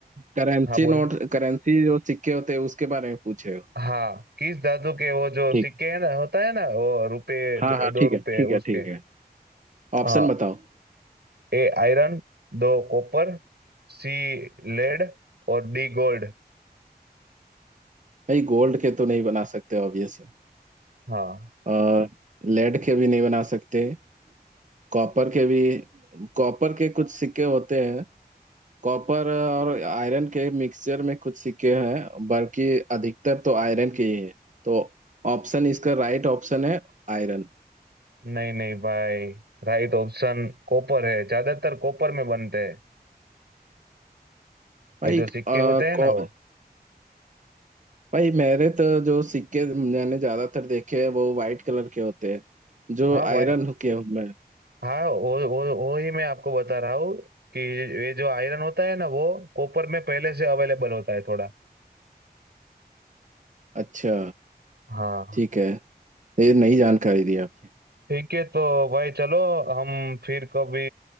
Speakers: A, on the right; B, on the right.
A: करेंसी
B: हाँ बोल
A: नोट करेंसी जो सिक्के होते हैं उसके बारे में पूछ रहे हो
B: हाँ किस दादू के वो जो
A: ठीक
B: सिक्के
A: है
B: है ना होता है ना वो रुपए द-
A: हाँ हाँ
B: दो
A: ठीक
B: रुपए
A: है ठीक है
B: उसके
A: ठीक है ऑप्शन
B: हाँ
A: बताओ
B: ए आयरन दो कॉपर सी लेड और डी गोल्ड
A: भाई गोल्ड के तो नहीं बना सकते ऑब्वियस है
B: हाँ
A: और लेड के भी नहीं बना सकते कॉपर के भी कॉपर के कुछ सिक्के होते हैं कॉपर और आयरन के मिक्सचर में कुछ सिक्के हैं बल्कि अधिकतर तो आयरन के ही है तो ऑप्शन इसका राइट ऑप्शन है आयरन
B: नहीं नहीं भाई राइट ऑप्शन कॉपर है ज्यादातर कॉपर में बनते हैं
A: भाई
B: ये जो सिक्के
A: अ,
B: होते हैं ना
A: को-
B: वो
A: भाई मेरे तो जो सिक्के मैंने ज्यादातर देखे हैं वो वाइट कलर के होते हैं जो
B: हाँ भाई
A: आयरन के होते हैं
B: हाँ वो वो वो ही मैं आपको बता रहा हूँ कि ये जो आयरन होता है ना वो कॉपर में पहले से अवेलेबल होता है थोड़ा
A: अच्छा
B: हाँ
A: ठीक है ये नई जानकारी दी आप
B: ठीक है तो भाई चलो हम फिर कभी